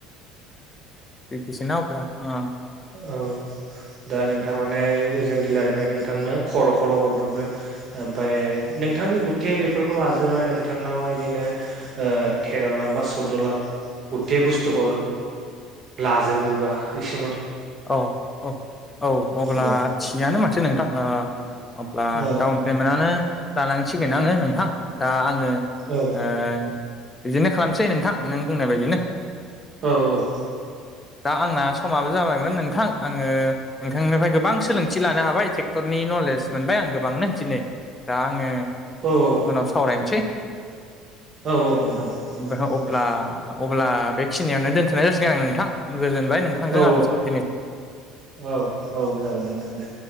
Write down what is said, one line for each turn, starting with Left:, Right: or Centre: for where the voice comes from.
Left: एखैसोना अब्ला अ
Right: औ दा नोंथां माने एजोन दिलारनिफ्राय नोंथांनो खर'खौल' हरग्रोगोन ओमफाय नोंथांनि गुथे बेफोरखौ लाजोबनानै नोंथांनावहाय बिदिनो ओ थेर' लाख बा सौद' लाख गुथे बुस्थुखौ लाजोबोबा इसे
Left: औ औ औ अब्ला
Right: औ
Left: थिगानो माथो नोंथां अब्ला
Right: औ
Left: डाउन पेमेन्टआनो लानांसिगोन आङो नोंथां दा आङो
Right: औ
Left: ओ बिदिनो खालामसै नोंथां नों बुंनाय बायदिनो
Right: औ औ
Left: दा आंना समाबो जाबाय नोंथां आङो नोंथांनिफ्राय गोबां सोलोंथि लानो हाबाय टेक्टरनि नलेज मोनबाय आं गोबांनो दिनै दा आङो
Right: औ औ
Left: उनाव सावरायनोसै
Right: औ औ नोंथां
Left: अब्ला
Right: औ दे
Left: अब्ला बेखिनियावनो दोनथनाय जासिगोन आं नोंथां गोजोनबाय नोंथांजों
Right: औ
Left: आं साइ
Right: औ औ जागोन नोंथां दे